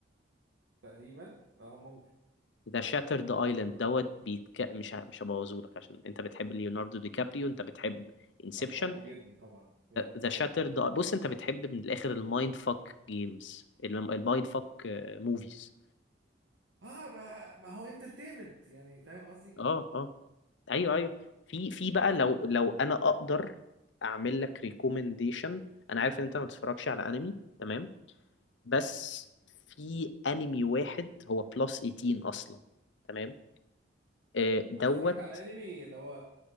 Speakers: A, on the right; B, on the left.
A: تقريبا اه ممكن
B: ذا شاترد ايلاند دوت بيتك... مش ه- مش هبوظهولك عشان انت بتحب ليوناردو دي كابريو انت بتحب انسبشن
A: انا بحبه جدا طبعا يعني
B: ذا شاتر ده. بص انت بتحب من الاخر المايند فاك جيمز المايند فاك موفيز
A: اه ما ما هو انترتينمنت يعني فاهم قصدي
B: اه اه ايوه ايوه في في بقى لو لو انا اقدر اعمل لك ريكومنديشن انا
A: آه.
B: عارف ان انت ما بتتفرجش على انمي تمام بس في انمي واحد هو بلس 18 اصلا تمام آه، دوت
A: انا اتفرجت على انمي اللي هو